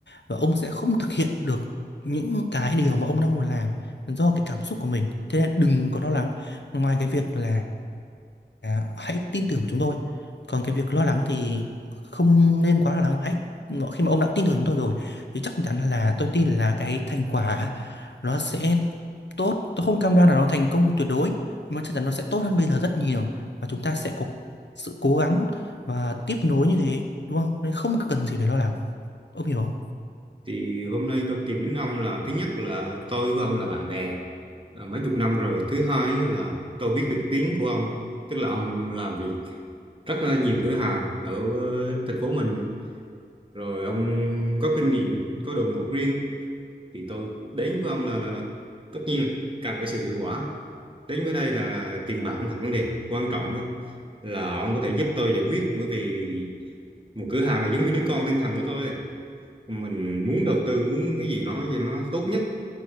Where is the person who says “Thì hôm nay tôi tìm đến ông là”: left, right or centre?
Right